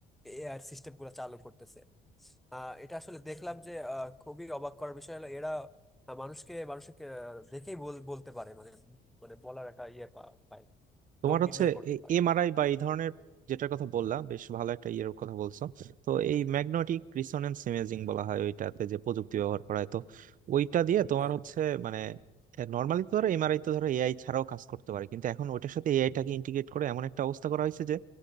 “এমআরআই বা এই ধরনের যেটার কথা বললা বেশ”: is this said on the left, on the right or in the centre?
Right